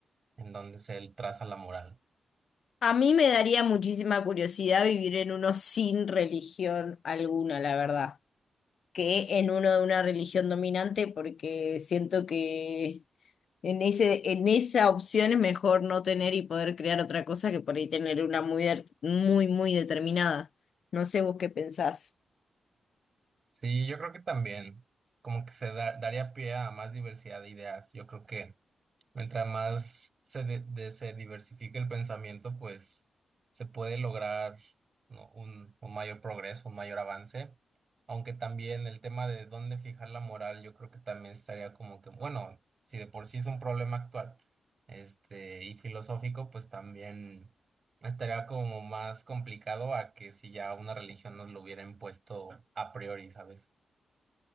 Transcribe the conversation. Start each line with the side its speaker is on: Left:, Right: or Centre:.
Right: en donde se traza la moral.
Left: A mí me daría muchísima curiosidad vivir en uno sin religión alguna, la verdad, que en uno de una religión dominante porque siento que En ese, en esa opción es mejor no tener y poder crear otra cosa que por ahí tener una muy, de- muy, muy determinada. No sé vos qué pensás.
Right: Sí, yo creo que también como que se da- daría pie a más diversidad de ideas. Yo creo que Mientras más se, de- de- se diversifique el pensamiento, pues se puede lograr ¿no? un, un mayor progreso, un mayor avance. Aunque también el tema de dónde fijar la moral, yo creo que también estaría como que, bueno, si de por sí es un problema actual, este, y filosófico, pues también estaría como más complicado a que si ya una religión nos lo hubiera impuesto a priori, ¿sabes?